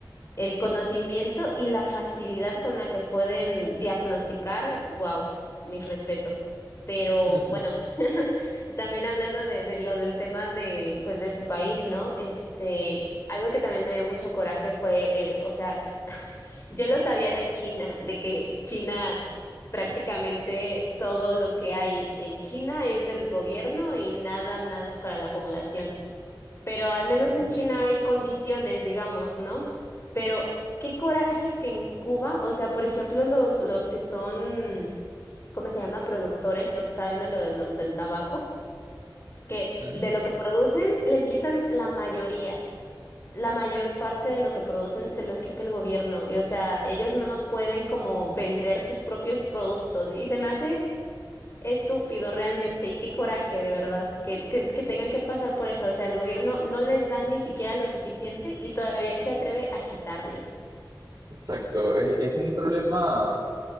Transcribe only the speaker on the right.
<laughs>
Ujú,
ujú.
Exacto, es, es un problema O